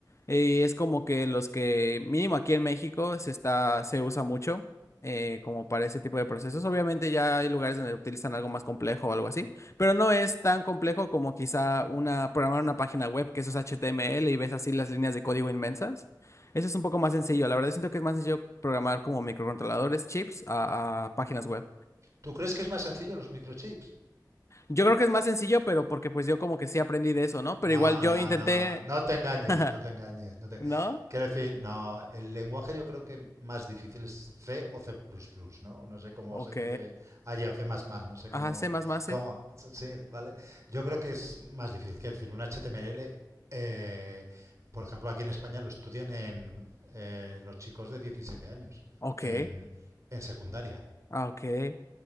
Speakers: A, on the left (about 40°); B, on the right (about 40°).
A: Y es como que los que, mínimo aquí en México, se está, se usa mucho eh, como para ese tipo de procesos. Obviamente ya hay lugares donde utilizan algo más complejo o algo así, pero no es tan complejo como quizá una, programar una página web que eso es HTML y ves así las líneas de código inmensas. Eso es un poco más sencillo. La verdad siento que es más sencillo programar como microcontroladores, chips, a, a páginas web.
B: ¿Tú crees que es más sencillo los microchips?
A: Yo creo que es más sencillo, pero porque pues yo como que sí aprendí de eso, ¿no? Pero
B: No,
A: igual yo
B: no,
A: intenté,
B: no, no te engañes,
A: <laughs>
B: no te engañes. No te...
A: ¿no?
B: Quiero decir, no, el lenguaje yo creo que más difícil es C o C++, ¿no? No sé cómo
A: Ok.
B: se dice allá o C++, no sé cómo,
A: Ajá, C++, sí.
B: cómo, sí, ¿vale? Yo creo que es más difícil, quiero decir, un HTML, eh, por ejemplo, aquí en España lo estudian en eh, los chicos de 17 años,
A: Ok.
B: en, en secundaria,
A: Ah, ok.